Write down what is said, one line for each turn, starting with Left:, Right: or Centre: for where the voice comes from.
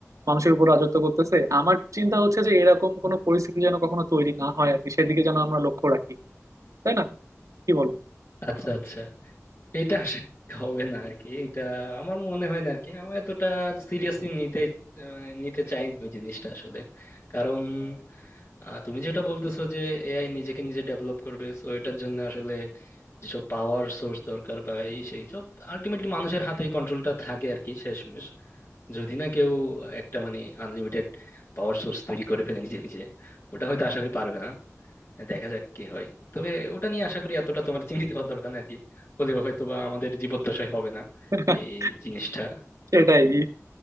Right: মানুষের উপর রাজত্ব করতেছে আমার চিন্তা হচ্ছে যে এরকম কোনো পরিস্থিতি যেন কখনো তৈরি না হয় আর কি সেদিকে যেন আমরা লক্ষ্য রাখি তাই না কি বলো
Left: আচ্ছা আচ্ছা এটা আসলে হবে না আর কি এটা আমার মনে হয় না আর কি আমার এতটা সিরিয়াসলি নিতে আহ, নিতে চাই না ওই জিনিসটা আসলে কারণ আহ, তুমি যেটা বলতেছো যে এআই নিজেকে নিজে ডেভেলপ করবে তো এটার জন্য আসলে যেসব পাওয়ার সোর্স দরকার বা এই সেই সব আলটিমেটলি মানুষের হাতে কন্ট্রোলটা থাকে আর কি শেষমেশ যদি না কেউ একটা মানে আনলিমিটেড পাওয়ার সোর্স তৈরি করে ফেলে নিজে নিজে ওটা হয়তো আশা করি পারবে না দেখা যাক কি হয় তবে ওটা নিয়ে আশা করি এতটা তোমার চিন্তিত হওয়ার দরকার নেই আর কি হলেও হয়তো বা আমাদের জীবদ্দশায় হবে না
Right: <laughs>
Left: এই জিনিসটা
Right: সেটাই
Left: তো